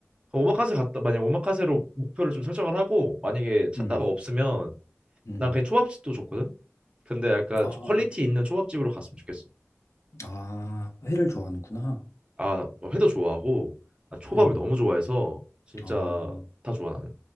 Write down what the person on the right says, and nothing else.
어, 오마카세 갔다 만약 오마카세로 목표를 좀 설정을 하고 만약에 찾다가
없으면
난 그냥
초밥집도 좋거든. 근데 약간
좀 퀄리티 있는 초밥집으로 갔으면 좋겠어.
아나 회도 좋아하고 나 초밥을
너무 좋아해서 진짜
다 좋아 나는.